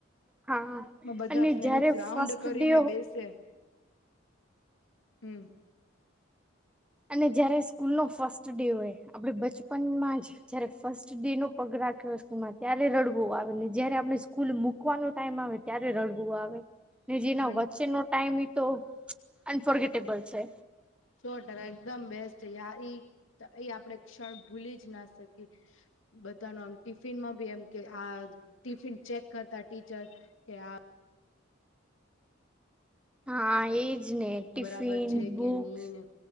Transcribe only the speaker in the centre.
હા
અને
જયારે
ફર્સ્ટ
ડે
અને જયારે સ્કૂલ નો ફર્સ્ટ ડે હોય આપડે બચપનમાં જ જયારે ફર્સ્ટ ડે નો પગ રાખ્યો સ્કૂલમાં ત્યારે રડવો આવે ને જયારે આપણે સ્કૂલ મૂકવાનો ટાઈમ આવે ત્યારે રડવું આવે ને જેના
વચ્ચેનોો ટાઈમ એ તો અનફર્ગેટેબલ છે.
હા એજ ને ટિફિન
બુક્સ